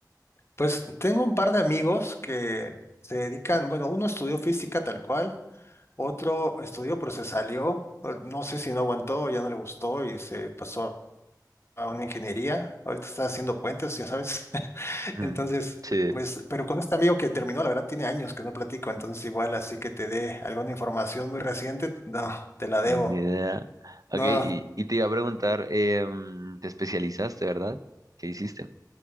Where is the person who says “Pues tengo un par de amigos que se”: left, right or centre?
Left